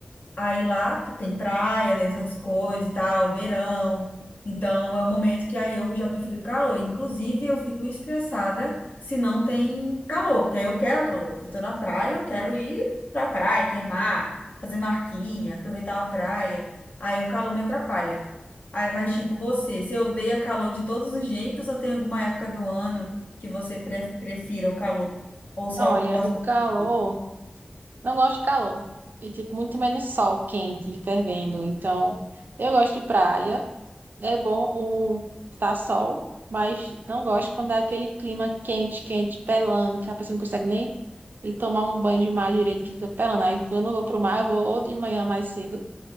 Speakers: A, on the left (about 60°); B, on the right (about 70°).
A: Aí lá tem praia, né, essas coisas e tal, verão. Então é o momento que aí eu já prefiro calor. Inclusive, eu fico estressada se não tem calor, porque aí eu quero calor. Eu tô na praia, eu quero ir pra praia, queimar, fazer marquinha, aproveitar uma praia. Aí o calor me atrapalha. Aí, mas tipo, você, se odeia calor de todos os jeitos, ou tem alguma época do ano que você pre- prefira o calor? Ou só
B: Olha,
A: gosta
B: o
A: do.
B: calor,
A: frio?
B: não gosto de calor. E, tipo, muito menos sol quente, fervendo. Então, eu gosto de praia. É bom o tá sol, mas não gosto quando é aquele clima quente, quente, pelando, que a pessoa não consegue nem ir tomar um banho de mar direito, que fica pelando. Aí, quando eu vou pro mar, eu vou ou de manhã mais cedo